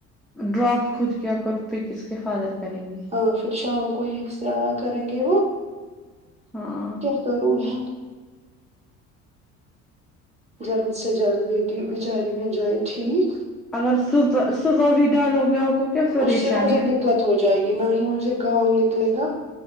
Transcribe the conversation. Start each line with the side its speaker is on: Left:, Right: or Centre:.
Centre: ڈراپ خود کیا کر پک اس کے فادر کریں گے
Right: ہاں پھر شام کو یہی سے کریں گے وہ
Centre: ہاں ہاں
Right: <unintelligible> جلد سے جلد بیٹی بیچاری بھی جائے ٹھیک
Centre: اگر صبح صبح بھی ڈالو گے آپ کو کیا پریشانی
Right: اس سے مجھے
Centre: ہے
Right: د دقت ہو جائے گی نہ ہی مجھے کام نکلے گا